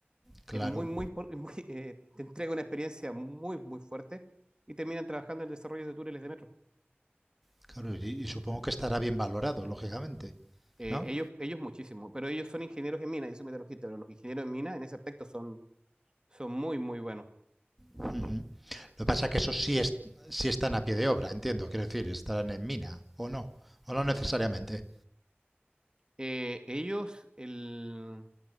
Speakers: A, in the centre; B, on the right.
A: Claro,
B: es muy, muy, por- <laughs> muy, eh, te entrega una experiencia muy, muy fuerte y terminan trabajando en el desarrollo de túneles de metro.
A: claro, y, y supongo que estará bien valorado, lógicamente.
B: Eh,
A: ¿No?
B: ellos, ellos muchísimo, pero ellos son ingenieros en mina, yo soy metalurgista, pero los ingenieros en mina en ese aspecto son, son muy, muy buenos.
A: Uh -huh. Lo que pasa es que esos sí, es, sí están a pie de obra, entiendo. Quiero decir, estarán en mina o no, o no necesariamente.
B: Eh, ellos, el,